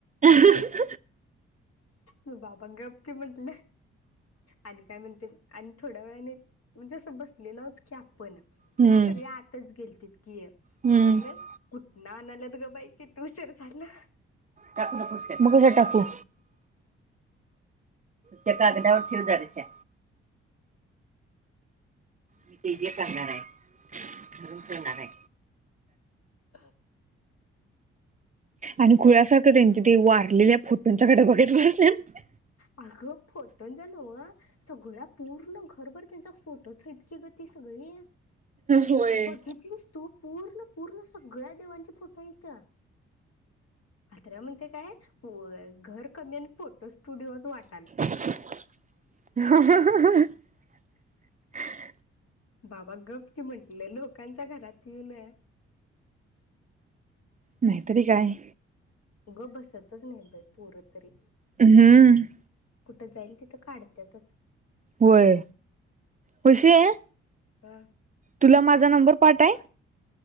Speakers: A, on the right; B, on the left.
A: <inaudible>
B: मग बाबा गप की म्हटलं आणि काय म्हणते आणि थोड्या वेळाने म्हणजे असं बसलेलोच की आपण
A: हम्म
B: तेनी सगळी आतच गेलतीत. की
A: हम्म
B: काय म्हणे कुठन आणायल्यात ग बाई किती उशर झालं.
A: मग कशात टाकू. त्या कागदा्यावर ठेव दारीच्या. मी ते जे करणार आहे रूम करणार आहे.
B: हा.
A: आणि खुळ्यासारखं त्यांचे ते वारलेल्या फोटोंच्याकडे बघत बसल्यात.
B: अगं फोटोंच्या न्हव. सगळ्या पूर्ण घरभर त्यांचा फोटोच हायतकी ग ती सगळी.
A: होय.
B: बघितलीस तू पूर्ण पूर्ण सगळ्या देवांचे फोटो हाईत. अथऱ्या म्हणतय काय घर कमी आणि फोटो स्टुडिओच वाट
A: <inaudible>
B: बाबा गप की म्हटल लोकांच्या घरात येऊन.
A: नाहीतरी काय?
B: गप बसतच नाही बाई पोर तरी.
A: हम्म.
B: कुठं जाईल तिथं काढत्यातच.
A: होय पशे
B: हा.
A: तुला माझा नंबर पाठाय?